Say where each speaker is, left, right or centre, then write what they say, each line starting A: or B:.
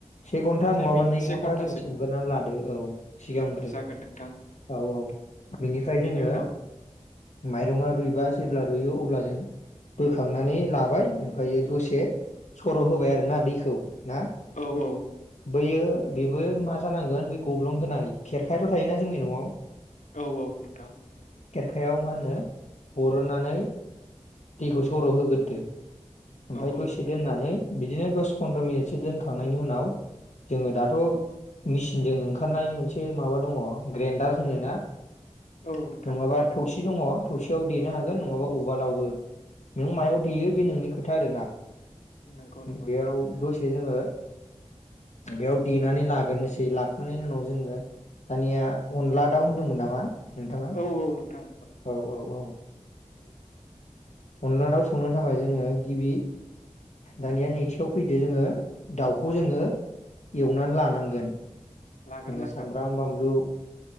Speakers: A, on the left; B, on the left.
A: से घन्टा नङाबा
B: मिन
A: नै
B: से
A: घन्टा
B: घन्टासो
A: जों सोमग्रोनानै लादो औ सिगांग्रो।
B: औ जागोन नोंथां
A: औ औ बिनिफ्राय
B: बेनि
A: जोङो
B: उनाव
A: माइरङा रुइबा जेब्ला रुइयो अब्ला जों बोखांनानै लाबाय ओमफ्रायो दसे सर' होबाय आरो ना दैखौ ना।
B: औ औ।
A: बैयो बेबो मा जानांगोन बै गब्लंगोनाय खेरखायथ' थायोना जोंनि न'आव।
B: औ औ नोंथां।
A: खायाव मा होनो बरननानै दैखौ सर'होग्रोदो। ओमफ्राय
B: औ औ
A: दसे
B: नोंथां
A: दोननानै बि बिदिनो दस पनन्द्र' मिनिटसो दोनखांनायनि उनाव जोङो दाथ' मेचिनजों ओंखारनाय मोनसे माबा दङ। ग्रेन्डार होनो ना। नङाबा
B: औ नोंथां खोनादों
A: थौसि दङ। थौसेयाव देनो हागोन नङाबा उवालावबो। नों मायाव
B: अ
A: देयो बे नोंनि खोथा आरोना
B: नंगौ नंगौ
A: बेयाव
B: नोंथां
A: दसे जोङो बेयाव देनानै लाग्रोनोसै लाखांनायनि उनाव जोङो दानिया अनला दाउ होन्दोंमोन नामा नोंथाङा
B: औ औ नोंथां
A: औ औ औ ओ अनला दाउ संनो थाखाय जोङो गिबि दानिया नैथियाव फैदो जोङो दाउखौ खौ जोङो एवनानै लानांगोन
B: लाग्रोनांगोन
A: जोङो सामब्राम बानलु